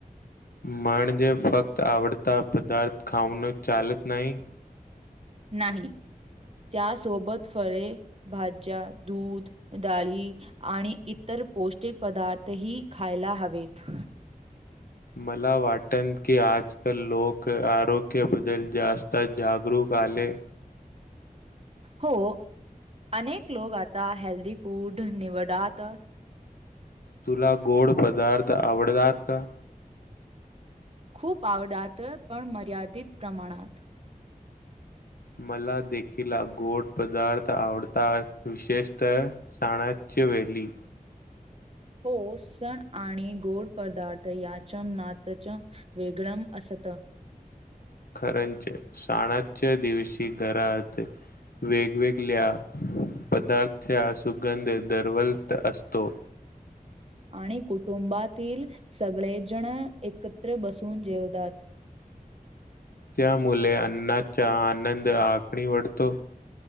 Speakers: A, on the left; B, on the right.
A: म्हणजे फक्त आवडता पदार्थ खाऊन चालत नाही?
B: नाही, त्यासोबत फळे, भाज्या, दूध, डाळी आणि इतर पौष्टिक पदार्थही खायला हवेत
A: मला वाटन की आजकाल लोक आरोग्याबद्दल जास्त जागरूक आले
B: हो, अनेक लोक आता हेल्दी फूड निवडात
A: तुला गोड पदार्थ आवडतात का?
B: खूप आवडात पण मर्यादित प्रमाणात
A: मला देखील गोड पदार्थ आवडतात विशेषतः साणाच्य वेली
B: हो, सण आणि गोड पदार्थ याच नातच वेगळम असत
A: खरंच साणाच्या दिवशी घरात वेगवेगळ्या पदार्था सुगंध दरवलत असतो
B: आणि कुटुंबातील सगळेजण एकत्र बसून जेवतात
A: त्यामुळेल अण्णाचा आनंद आखणी वढतो